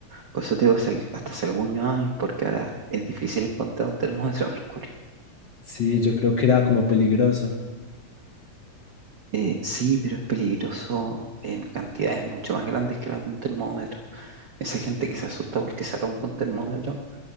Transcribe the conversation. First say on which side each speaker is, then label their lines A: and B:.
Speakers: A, on the right; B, on the left.
A: Por eso te digo, hasta hace algunos años, porque ahora es difícil encontrar un termómetro de mercurio.
B: Sí, yo creo que era como peligroso.
A: Eh, sí, pero es peligroso en cantidades mucho más grandes que las de un termómetro. Esa gente que se asusta porque se rompe un termómetro